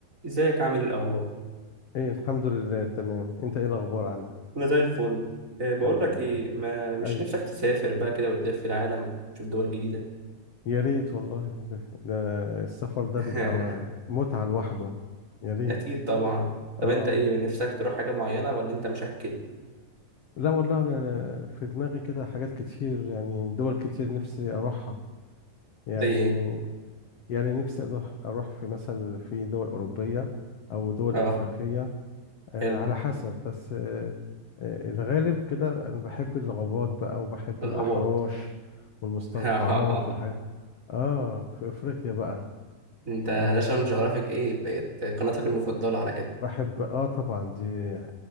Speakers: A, on the right (about 20°); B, on the left (about 60°).
A: ازيك عامل ايه الاخبار
B: ايه الحمد لله تمام انت ايه الاخبار عندك
A: انا زي الفل أه بقول
B: الحمد
A: لك
B: لله
A: ايه ما مش
B: ايوه
A: نفسك تسافر بقى كده وتلف العالم تشوف دول جديده
B: يا ريت والله ده ده السفر ده
A: <laughs>
B: بيبقى متعة لوحده يا ريت
A: اكيد طبعا طب
B: اه
A: انت ايه نفسك تروح حاجه معينه ولا انت مشكل
B: لا والله انا في دماغي كده حاجات كتير يعني دول كتير نفسي اروحها يعني
A: زي ايه
B: يعني نفسي اروح اروح في مثلا في دول اوروبية او دول
A: اه
B: افريقية آه،
A: حلو
B: على حسب بس آه، آه، الغالب كده انا بحب الغابات بقى وبحب
A: الغابات
B: الاحراش والمستنقعات
A: <laughs>
B: والحاجات اه في افريقيا بقى
A: انت ناشونال
B: اه
A: جيوغرافيك ايه بقت قناتك المفضله على كده
B: بحب اه طبعا دي